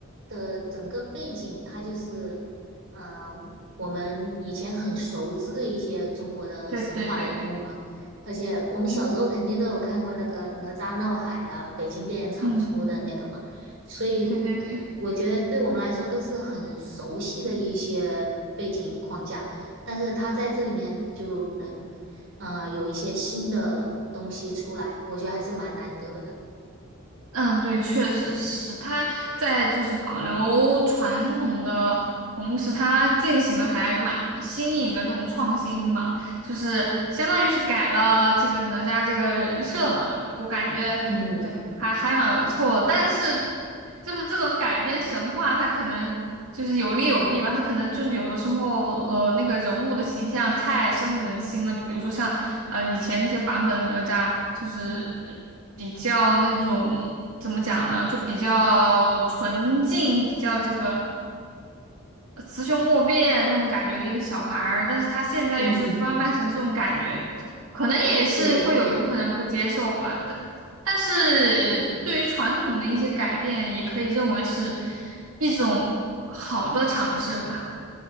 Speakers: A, on the right; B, on the right.
A: 的整个背景，它就是呃我们以前很熟知的一些中国的神话人物嘛，
B: 对对对，
A: 而且我们小时候肯定都有看过那个哪吒闹海啊，北京电影厂出的那个嘛，
B: 嗯，
A: 所以
B: 对对对。
A: 我觉得对我们来说都是很熟悉的一些背景框架，但是他在这里面就能。呃，有一些新的东西出来，我觉得还是蛮难得的。
B: 嗯，对，确实是他在就是保留传统的同时，他进行的还蛮新颖的那种创新嘛，就是相当于是改了这个哪吒这个人设嘛，我感觉对，
A: 嗯
B: 还还蛮不错的，但是就是这种改编神话，它可能就是有利有弊吧。它可能就是有的时候，呃，那个人物的形象太深入人心了。就比如说像呃以前那些版本的哪吒，就是比较那种怎么讲呢，就比较纯净，比较这个。呃雌雄莫辨那种感觉的一个小孩儿，但是他现在又是翻拍成这种感觉，
A: 嗯，
B: 可能也是会有一部分人不接受吧。
A: 对对，
B: 但但是对于传统的一些改变，也可以认为是一种好的尝试吧。